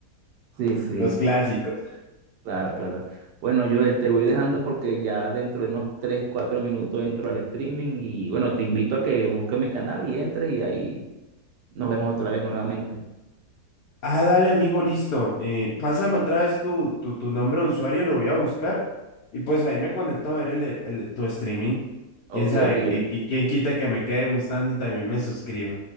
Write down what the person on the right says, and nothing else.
sí, sí,
claro, claro. Bueno, Joel, te voy dejando porque ya dentro de unos 3 4 minutos entro al streaming y bueno, te invito a que busques mi canal y entres y ahí nos vemos otra vez nuevamente.
Ok,
ok.